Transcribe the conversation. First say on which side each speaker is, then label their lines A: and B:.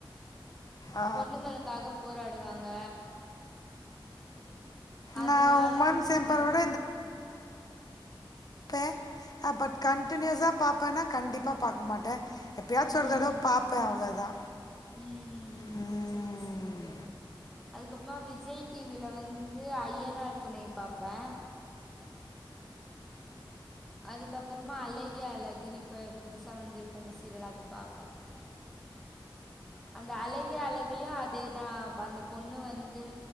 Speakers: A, on the left (about 50°); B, in the centre.
A: ஆ.
B: பொண்ணுங்களுக்காக போராடுவாங்க அதனால
A: நா உமன் சேம்பர்
B: நான் அது
A: விட
B: பா
A: பை ஆ பட் கண்டினியூஸா பாாரப்பேன்னா கண்டிப்பா பார்க்கா மாட்டே எப்போயாச்சும்
B: ம்.
A: ஒருதடவ பார்ப்பே அவ்வளோதா
B: ம்
A: ம்
B: சரி சரி தோழி அதுக்கப்புறமா விஜய் டிவில வந்து ஐயனார் துணை பாார்பப்பே அதுக்கப்புறமா அழக அழகுன்னு இப்ப புதுசா வந்துருக்கு அந்த சீரியல் அதது பாப்ப அந்த அழகிய அழகுல அதேதா அந்த பொண்ணு வந்து